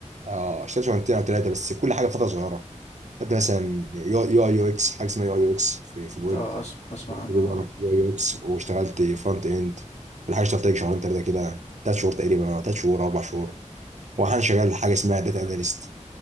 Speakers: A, on the right; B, on the left.
A: اه اشتغلت شغلانتين او ثلاثه بس كل حاجه فتره صغيره خدت مثلا يو يو يو اكس حاجه اسمها يو يو اكس في, في الويب
B: آه أسمع, أسمع عنها
A: يو يو اكس واشتغلت فرونت اند والحاجه اشتغلت لك شهرين ثلاثه كده ثلاث شهور تقريبا ثلاث شهور اربع شهور وانا شغال حاجه اسمها داتا اناليست